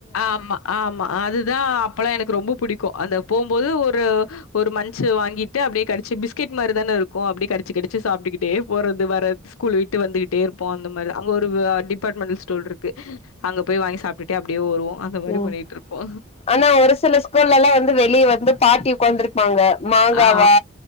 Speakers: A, on the left; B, on the left.
A: ஆமா ஆமா அதுதா அப்பல்லா எனக்கு ரொம்ப புடிக்கு அந்த போம்போது ஒரு ஒரு மஞ்சு வாங்கிட்டு அப்டியே கடிச்சு பிஸ் கெட் மாரிதான இருக்கு அப்டியே கடிச்சு கடிச்சு சாப்ட்டுக்கிட்டே போறது வரது ஸ்கூல் விட்டு வந்துகிட்டே இருப்போ அந்த மாதிரி அங்க ஒரு டிபார்ட்மெண்டல் ஸ்டோர் இருக்கு அங்க போய் வாங்கி சாப்பிட்டுட்டே அப்படியே வருவோ அந்த மாதிரி
B: ம்
A: பண்ணிட்டு இருப்போ
B: ஆனா ஒரு சில ஸ்கூல்ல எல்லாம் வந்து வெளியே வந்து பாட்டி உ க்காந்திருப்பாங்க மாங்காவா
A: ஆ